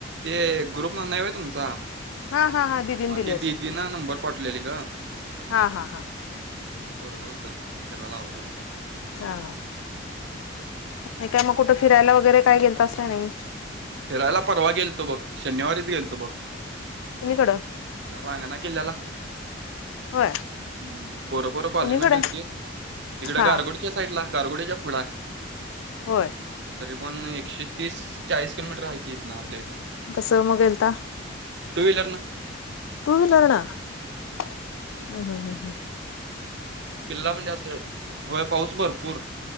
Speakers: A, on the right; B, on the left.
A: ते ग्रुप मन नाही वय तुमचा?
B: हा हा हा दिदीन
A: मग
B: दिली
A: ते
B: असेल
A: दिदीनं, नंबर पाठलेले गं.
B: हा हा हा
A: अ ते पोरगं होतं, त्याला लावल्याल.
B: हा. आणि काय कुठं? फिरायला वगैरे काही, गेलतास का नाही?
A: फिरायला, परवा गेलतो बघ. शनिवारीच गेलतो बघ.
B: कुणीकडं?
A: ह्याला रांगणा किल्ल्याला हम्म.
B: होय
A: पोरं - पोरं कॉलेज
B: कुणीकडे
A: मधली होती. तिकडं,
B: हा
A: गारगोटच्या स् साईटला. गारगोडे्याच्या फुड हाय.
B: होय?
A: तरी पण एकशे- तीस, चाळीस किलोमीटर हाय की. हितन, आपल्या इथनं.
B: कसं, म गेलता?
A: टू व्हीलरनं.
B: टू व्हीलरनं? हम्, हम्, हम्.
A: किल्ला म्हणजे असे. होय, पाऊस भरपूर.